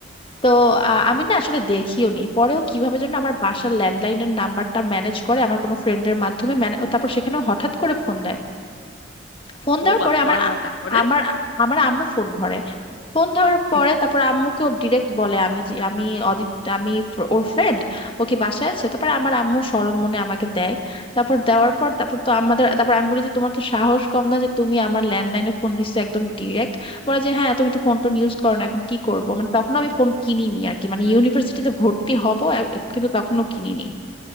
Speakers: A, on the left; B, on the left.
A: তো আ- আমি না আসলে দেখিও নি পরেও কিভাবে যেন আমার বাসার ল্যান্ডলাইনের নাম্বারটা ম্যানেজ করে আমার কোনো ফ্রেন্ডের মাধ্যমে man- তারপর সেখানে হঠাৎ করে ফোন দেয় ফোন দেওয়ার
B: ও বাবা
A: পরে আমার আ-
B: তারপরে
A: আমার আমার আম্মু ফোন ধরে ফোন ধরার পরে
B: ইহ,
A: তারপর আম্মুকে ওর ডিরেক্ট বলে আমি যে আমি অদিত আমি ফ্র- ওর ফ্রেন্ড ও কি বাসায় আছে তারপর আমার আম্মু সরল মনে আমাকে দেয় তারপর দেওয়ার পর তারপর তো আমাদের তারপর আমি বলি যে তোমার তো সাহস কম না যে তুমি আমার ল্যান্ডলাইনে ফোন দিচ্ছ একদম ডিরেক্ট বলে যে হ্যাঁ তুমি তো ফোন টোন ইউজ করো না এখন কি করবো মানে তখন আমি ফোন কিনিনি আর কি মানে ইউনিভার্সিটিতে ভর্তি হব কিন্তু তখনও কিনিনি